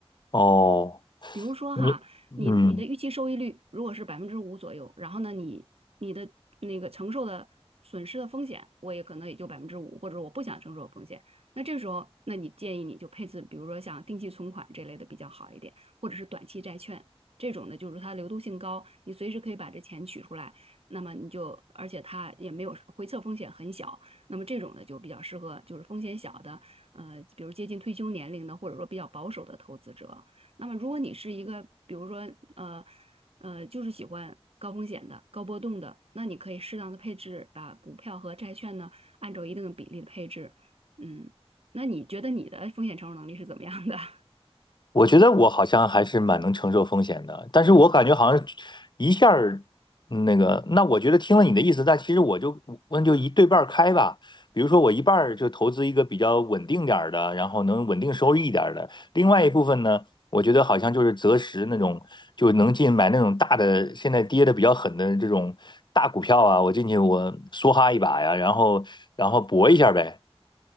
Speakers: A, on the left (about 45°); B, on the right (about 70°).
A: 哦，
B: 比如说哈，
A: 嗯
B: 你你的预期收益率如果是百分之五左右，
A: 嗯，
B: 然后呢，你你的那个承受的损失的风险，我也可能也就百分之五，或者我不想承受的风险。那这时候，那你建议你就配置，比如说像定期存款这类的比较好一点，或者是短期债券这种呢，就是它流动性高，你随时可以把这钱取出来，那么你就而且它也没有回撤风险很小，那么这种呢就比较适合就是风险小的，呃，比如接近退休年龄的，或者说比较保守的投资者。那么如果你是一个，比如说呃呃，就是喜欢高风险的、高波动的，那你可以适当的配置，把股票和债券呢按照一定的比例的配置。嗯，那你觉得你的风险承受能力是怎么样的？<laughs>
A: 我觉得我好像还是蛮能承受风险的，但是我感觉好像一下儿嗯那个，那我觉得听了你的意思，但其实我就那就一对半儿开吧。比如说我一半儿就投资一个比较稳定点儿的，然后能稳定收益一点儿的，另外一部分呢，我觉得好像就是择时那种就能进买那种大的，现在跌的比较狠的这种大股票啊，我进去我梭哈一把呀，然后然后搏一下呗。